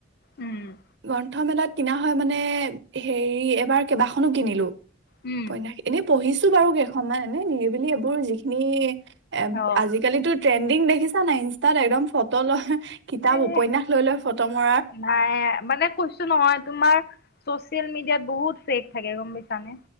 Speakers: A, on the left (about 55°); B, on the right (about 60°).
A: উম
B: গ্ৰন্থমেলাত কিনা হয় মানে হেৰি এবাৰ কেইবাখনো কিনিলো-
A: উম
B: উপন্যাস, এনেই পৰিছোঁ- বাৰু কেইখনমান এনে নিৰিবিলি এইবোৰ যিখিনি- এ
A: অ
B: আজিকালিতো- ট্ৰেণ্ডিং দেখিছা নাই ইনষ্টাত একদম ফটো লয়- কিতাপ,
A: এ
B: উপন্যাস লৈ লৈ ফটো ম-
A: নাই মানে- কৈছো নহয় তোমাৰ চছেল মিডিয়াত বহুত ফেক থাকে গম পাইছানে?